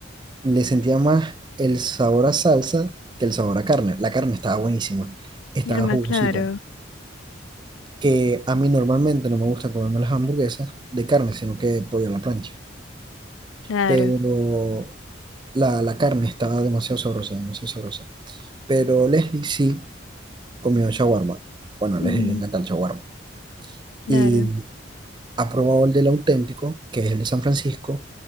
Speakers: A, on the right; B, on the left.
A: le sentía más el sabor a salsa que el sabor a carne. La carne estaba buenísima. Estaba
B: Norma,
A: jugosita.
B: claro,
A: Que a mí normalmente no me gusta comerme las hamburguesas de carne, sino que pollo a la plancha.
B: claro.
A: Pero La, la carne estaba demasiado sabrosa, demasiado sabrosa. Pero Leslie sí comió shawarma. Bueno, a
B: Ujú,
A: Leslie le encanta el shawarma.
B: Claro,
A: Y ha probado el del auténtico, que es el de San Francisco.